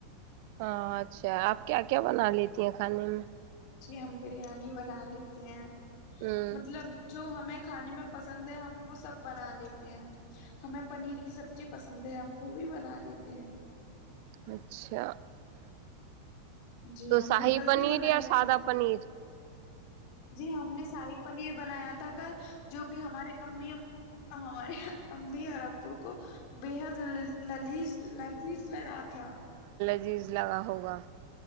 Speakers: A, on the right; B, on the left.
A: ہاں اچھا آپ کیا کیا بنا لیتی ہیں کھانے میں
B: جی ہم بریانی بنا لیتے ہیں
A: ہوں
B: مطلب جو ہمیں کھانے میں پسند ہے ہم وہ سب بنا لیتے ہیں ہمیں پنیر کی سبزی پسند ہے ہم وہ بھی بنا لیتے ہیں
A: اچھا
B: جی
A: تو
B: ہم
A: شاہی
B: نے کل
A: پنیر
B: بھی بنائی
A: یا سادہ
B: تھی
A: پنیر
B: جی ہم نے شاہی پنیر بنایا تھا کل جو کہ ہمارے امی ابو ہمارے امی اور ابو کو بےحد ل للیج لرجیز لگا تھا
A: یز لگا ہوگا